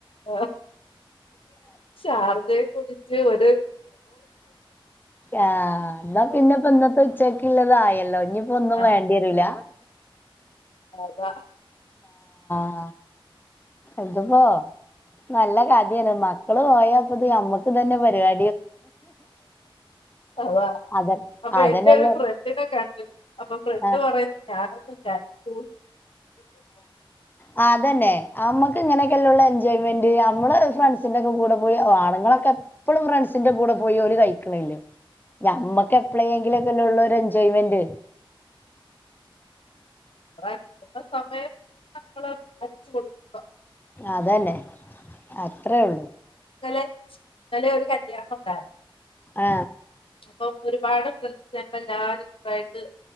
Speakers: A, on the left; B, on the left.
A: ആ ചാർജേ കുടി ച്ച് ഒര്
B: ആ എന്നാ പിന്നെപ്പൊ ഇന്നത്തെ ഉച്ച ക്ക്ല്ലതായല്ലോ ഇനിപ്പോ ഒന്നും
A: ആഹ്
B: വേണ്ടിരൂല
A: ആ
B: ആ ഇത്പ്പോ നല്ല കഥയാണ് മക്കള് പോയപ്പോത് നമ്മക്ക് ഇതന്നെ പരിപാ
A: അതാ
B: അതെ
A: അപ്പൊ
B: അതന്നെല്ലോ
A: എന്റെരു ഫ്രണ്ടിനെ കണ്ട് അപ്പൊ ഫ്രണ്ട്
B: ആഹ്
A: പറയുന്ന ഞാനൊന്ന് ചത്തു
B: ആ അതന്നെ നമ്മക്ക് ഇങ്ങനെയൊക്കെല്ലള്ളു എൻജോയ്മെന്റ് നമ്മള് ഫ്രണ്ട്സിന്റെക്കെ കൂടെ പോയി ആണ്ങ്ങളൊക്കെപ്പളും ഫ്രണ്ട്സിന്റെ കൂടെ പോയി ഓല് കഴിക്ക്ണില്ലേ ഞമ്മക്ക് എപ്പളെങ്കിലോക്കെല്ലോള്ളു ഒര് എൻജോയ്മെന്റ്
A: <unintelligible> കിട്ടുന്ന സമയം ഞമ്മള് അടിച്ച് പൊളിക്കുക
B: അതന്നെ അത്രേള്ളൂ
A: ഇന്നലെ ഇന്നലെ ഒരു കല്യാണണ്ടായിരുന്നു
B: ആ
A: അപ്പൊ ഒരുപാട് ഫ്രണ്ട്‌സേള്ല്ലാരും ഇണ്ടായിട്ട്